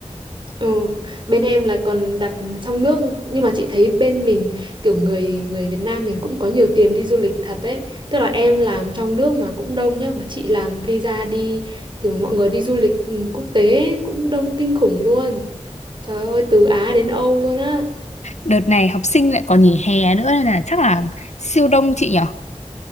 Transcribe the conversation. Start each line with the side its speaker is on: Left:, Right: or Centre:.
Right: Ừ, bên em là còn đặt trong nước nhưng mà chị thấy bên mình kiểu người người Việt Nam mình cũng có nhiều tiền đi du lịch thật đấy tức là em làm trong nước mà cũng đông nhá mà chị làm visa đi kiểu mọi người đi du lịch ừ, quốc tế ấy, cũng đông kinh khủng luôn trời ơi từ Á đến Âu luôn á
Left: Đợt này học sinh lại còn nghỉ hè nữa nên là chắc là siêu đông chị nhỉ?